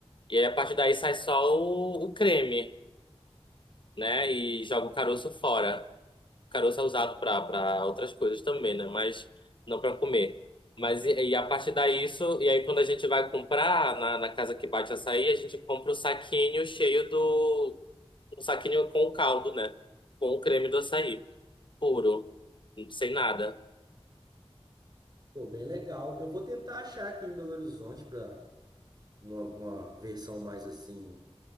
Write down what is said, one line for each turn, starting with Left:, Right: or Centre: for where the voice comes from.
Left: E aí, a partir daí sai só o, o creme, né? E joga o caroço fora. O caroço é usado para para outras coisas também, né? Mas não para comer. Mas e, e a partir daí isso, e aí quando a gente vai comprar na, na casa que bate açaí, a gente compra o saquinho cheio do um saquinho com o caldo, né? Com o creme do açaí, puro, sem nada,
Right: Pô, bem legal. Eu vou tentar achar aqui em Belo Horizonte pra uma, uma versão mais assim,